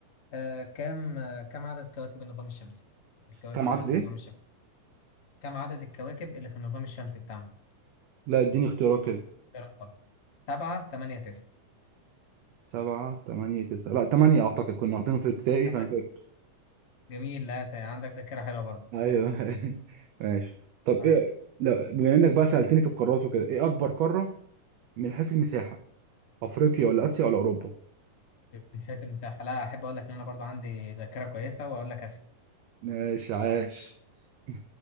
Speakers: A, on the left; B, on the right.
A: آه كم آه كم عدد كواكب النظام الشمسي الكواكب
B: كم عدد
A: اللي في
B: ايه؟
A: النظام الشمسي كم عدد الكواكب اللي في النظام الشمسي بتاعنا
B: لا اديني اختيارات كده
A: إيه رقمها؟ سبعة تمانية تسعة
B: سبعة تمانية تسعة لا تمانية اعتقد كنا واخدينهم في ابتدائي
A: تمام
B: فانا فاكر
A: جميل لا ت- عندك ذاكرة حلوة برضه
B: ايوه <laughs> ماشي طب
A: على-
B: ايه لا بما انك بقى سألتني في القارات وكده ايه اكبر قارة من حيث المساحة افريقيا ولا اسيا ولا اوروبا؟
A: من حيث المساحة لا أحب أقول لك إن أنا برضه عندي ذاكرة كويسة وأقول لك أسئلة
B: ماشي عاش <laughs>